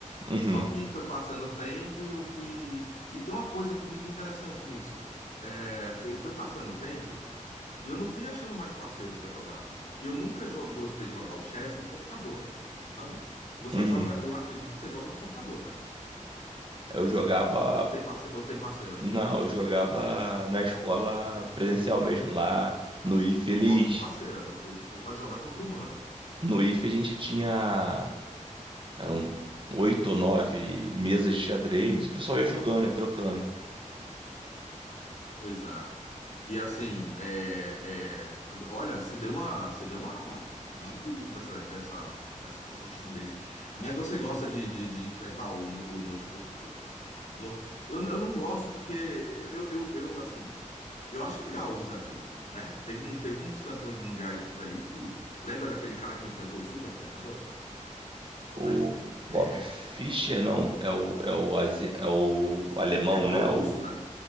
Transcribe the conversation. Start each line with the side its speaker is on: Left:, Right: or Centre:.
Right: Uhum,
Left: Só que foi passando o tempo e eu fui. E tem uma coisa comigo interessante nisso. É, eu fui passando o tempo e eu não fui achando mais parceiro pra jogar. E eu nunca jo- gostei de jogar o chess no computador, sabe? Você
Right: uhum.
Left: joga, eu acredito que você joga no computador, né?
Right: Eu jogava.
Left: Ou tem parceiro, ou tem parceiro.
Right: Não, eu jogava na escola presencial mesmo, lá no IF,
Left: Eu
Right: eles,
Left: gosto de parceiro. Eu, eu gosto de jogar contra o humano.
Right: no IF a gente tinha, eram oito ou nove mesas de xadrez, e o pessoal ia jogando, né, trocando.
Left: Pois é. E assim, é, é, olha, se deu uma, se deu uma maravilhosa essa, essa, essa questão do xadrez. Mas você gosta de, de, de enfrentar o, o notebook, quer dizer, o computador? Eu, eu não gosto porque eu, eu, eu, eu, assim, eu acho legal o desafio, né? Teve um, teve uns campeões mundiais aí que lembra daquele cara que enfrentou o supercomputador,
Right: O
Left: né? É,
Right: Bob Fischer, não, é o, é o, asi- é o alemão,
Left: é, foi
Right: né,
Left: o russo,
Right: o,
Left: né?